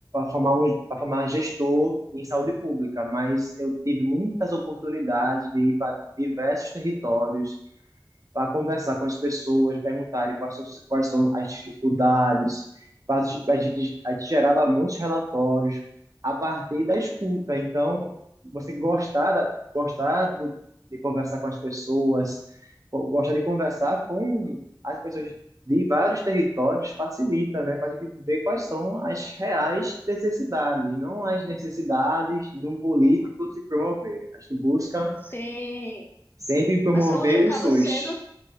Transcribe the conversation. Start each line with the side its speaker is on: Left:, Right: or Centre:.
Right: formar um, para formar gestor em saúde pública, mas eu tive muitas oportunidades de ir para diversos territórios, para conversar com as pessoas, perguntarem quais são, quais são as dificuldades, para a gente, a gente gerava muitos relatórios a partir da escuta. Então, você gostar, da, gostar do, de conversar com as pessoas, go- gostar de conversar com as pessoas de vários territórios facilita, né, para a gente ver quais são as reais necessidades, não as necessidades de um político se promover. A gente busca
Left: Sim.
Right: sempre promover
Left: A saúde acaba
Right: o SUS.
Left: sendo,